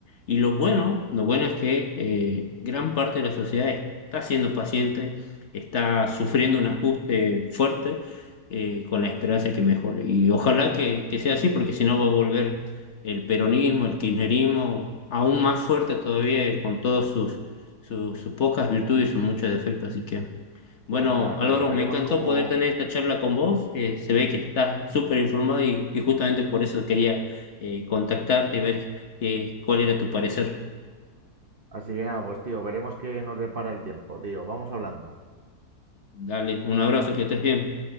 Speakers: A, on the left; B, on the right.
A: y lo bueno, lo bueno es que eh, gran parte de la sociedad está siendo paciente, está sufriendo un ajuste fuerte eh, con la esperanza de que mejore. Y ojalá que, que sea así, porque si no va a volver el peronismo, el kirchnerismo, aún más fuerte todavía eh, con todos sus, sus, sus pocas virtudes y sus muchos defectos. Así que bueno,
B: Pues nada,
A: Álvaro,
B: tío, veremos
A: me encantó
B: cómo.
A: poder tener esta charla con vos. Eh, se ve que estás súper informado y, y justamente por eso quería eh, contactarte y ver eh, cuál era tu parecer.
B: Así que nada, pues tío, veremos qué nos depara el tiempo, tío. Vamos hablando.
A: Dale, un abrazo, que estés bien.